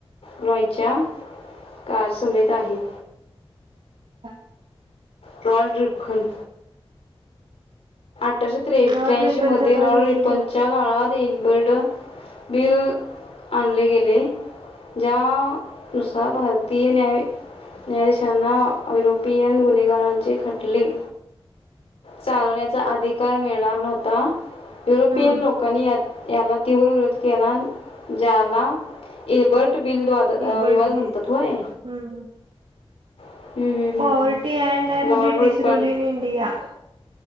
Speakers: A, on the left (about 75°); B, on the right (about 80°).
A: रॉयच्या कारसमेत आहे.
B: <inaudible>
A: टॉल ड्रीप खन अठराशे त्रे-त्र्याऐंशीमध्ये
B: लॉर्ड रिपनच्या काळात
A: लॉर्ड रिपनच्या काळात एलबर्ड बिल आणले गेले ज्यानुसार भारतीय न्याय न्यायाधीशांना युरोपियन गुन्हेगारांचे खटले चावण्या चा अधिकार मिळणार नव्हता युरोपियन
B: हम्म
A: लोकांनी या - याला तीव्र विरोध केला ज्याला इलबर्ट बिल्ट वाद
B: इल्बर्ट
A: विवाद
B: बिल
A: म्हणतात होय.
B: हम्म
A: हम्म, हम्म,
B: पॉवर्टी
A: हम्म, हम्म.
B: अँड N
A: Lord
B: British
A: Ripon
B: rule in India